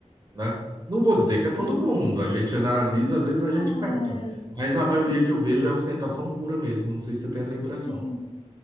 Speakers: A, on the right (about 35°); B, on the left (about 50°).
A: né? Não vou dizer
B: sim.
A: que é todo mundo, a gente analisa, às vezes
B: Não,
A: a gente peca,
B: é.
A: mas a maioria que eu vejo é ostentação pura mesmo. Não sei se você tem essa impressão.
B: Sim.